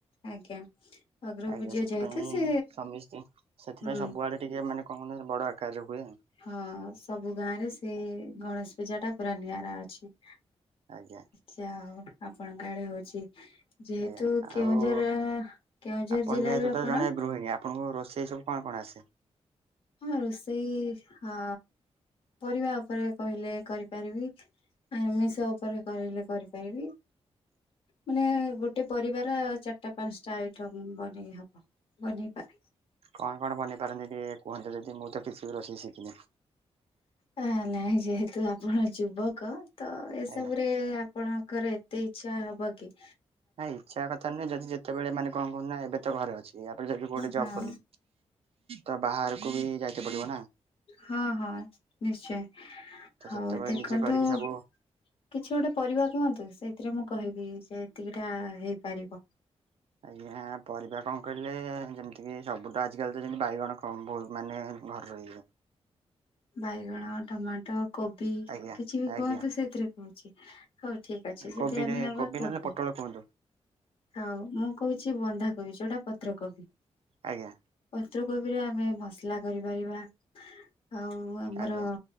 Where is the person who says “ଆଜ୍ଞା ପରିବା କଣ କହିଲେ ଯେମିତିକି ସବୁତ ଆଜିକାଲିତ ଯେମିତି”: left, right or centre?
Right